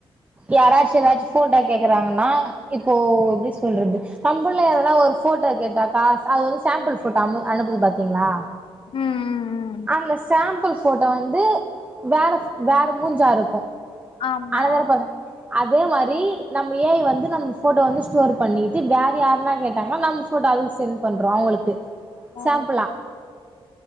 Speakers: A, on the right (about 15°); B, on the left (about 60°).
A: யாராச்சு ஏதாச்சு ஃபோட்டா கேக்குறாங்கன்னா இப்போ எப்டி சொல்றது கம்புள்ல எதனா ஒரு ஃபோட்டோ கேட்டாக்கா அது வந்து சாம்பிள் ஃபோட்டோ அனு அனுப்புது பா்த்தீங்களா
B: ம் ம்
A: அந்த சாம்பிள்ஸ் ஃபோட்டோ வந்து வேற வேற மூஞ்சா இருக்கும்
B: ஆமா
A: அதுல இருப்பாங்க அதே மாரி நம்ம ஏ ஐவந்து நம்ம ஃபோட்டோ வந்து ஸ்டோர் பண்ணிட்டு வேற யாருன்னா கேட்டாங்கன்னா நம் ஃபோட்டோ அதுக்கு சென்ட் பண்றோம் அவுங்களுக்கு
B: ஓ
A: சேம்பிளா